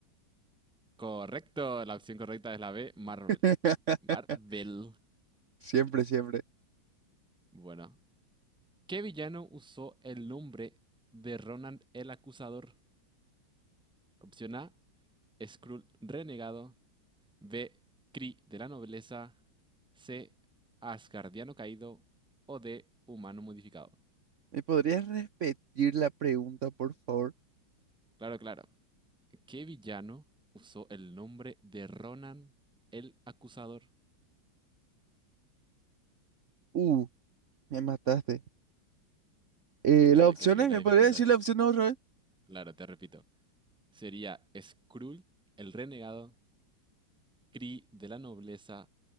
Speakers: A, in the centre; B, on the right.
A: Correcto, la opción correcta es la B, Marvel.
B: <laughs>
A: Marvel.
B: Siempre, siempre.
A: Bueno. ¿Qué villano usó el nombre de Ronan el Acusador? Opción A, Skrull Renegado. B, Kree de la Nobleza. C, Asgardiano Caído. O D, Humano Modificado.
B: ¿Me podrías repetir la pregunta, por favor?
A: Claro, claro. ¿Qué villano usó el nombre de Ronan el Acusador?
B: Uh, me mataste. Eh,
A: Claro,
B: las opciones,
A: hay que subir
B: ¿me
A: la dificultad.
B: podrías decir las opciones otra vez?
A: Claro, te repito. Sería Skrull el Renegado. Kree de la nobleza